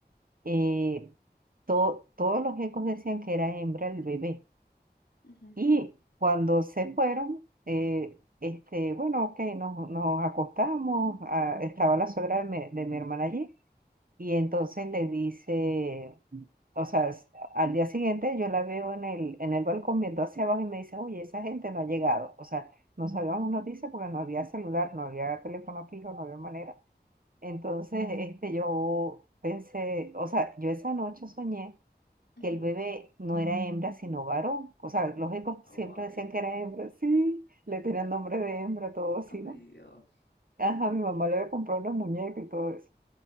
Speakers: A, on the right; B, on the left.
A: eh, to- todos los ecos decían que era hembra el bebé.
B: ujú,
A: Y cuando se fueron, eh, este, bueno, ok, nos, nos acostamos, ah, estaba la suegra de mi, de mi hermana allí, y entonces le dice, o sea, s- al día siguiente yo la veo en el, en el balcón viendo hacia abajo y me dice, oye, esa gente no ha llegado. O sea, no sabíamos noticias porque no había celular, no había teléfono fijo, no había manera. Entonces, este, yo pensé, o sea, yo esa noche soñé
B: ujú.
A: que el bebé no era hembra, sino varón. O sea, los ecos
B: oh
A: siempre decían
B: Dios,
A: que era hembra, sí, le tenían nombre de hembra, todo así,
B: ay
A: ¿no?
B: Dios,
A: Ajá, mi mamá le había comprado una muñeca y todo eso.